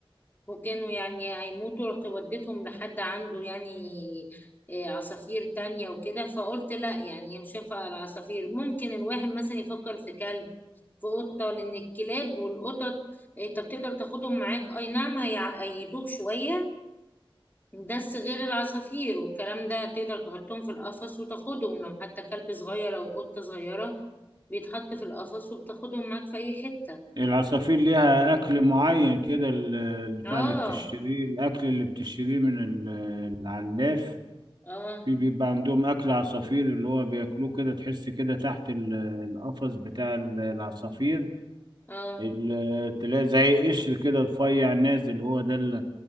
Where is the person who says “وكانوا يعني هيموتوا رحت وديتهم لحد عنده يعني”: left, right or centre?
Left